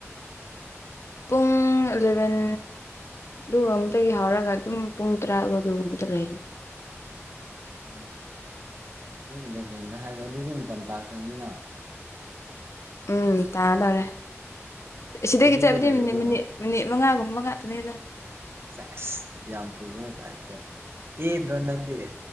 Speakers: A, on the left; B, on the right.
A: ꯄꯨꯡ ꯄꯨꯡ ꯑꯦꯂꯚꯦꯟ ꯑꯗꯨꯒ ꯑꯃꯗꯒꯤ ꯍꯧꯔꯒ ꯑꯗꯨꯝ ꯄꯨꯡ ꯇꯔꯥꯒ ꯑꯗꯨꯒꯒꯨꯝꯕꯗ ꯂꯩꯌꯦꯅꯤ
B: ꯎꯝ ꯄꯨꯡ ꯏꯂꯦꯚꯦꯟꯗ ꯍꯥꯏꯕ ꯑꯗꯨꯗꯤ ꯃꯇꯝ ꯇꯥꯈ꯭ꯔꯅꯤꯅ
A: ꯎꯝ ꯇꯥ ꯇꯔꯦ ꯁꯤꯗꯒꯤ
B: ꯔꯦꯗꯤꯗ
A: ꯆꯠꯕꯗꯤ
B: ꯂꯩꯔꯣꯀꯣ
A: ꯃꯤꯅꯤꯠ ꯃꯤꯅꯤꯠ ꯃꯉꯥꯒꯨꯝꯕ ꯉꯥꯛꯇꯅꯦꯗ
B: ꯁꯁ ꯌꯥꯝꯝ ꯊꯨꯕ ꯇꯥꯏꯇ ꯀꯗ꯭ꯔꯣ ꯅꯗꯤ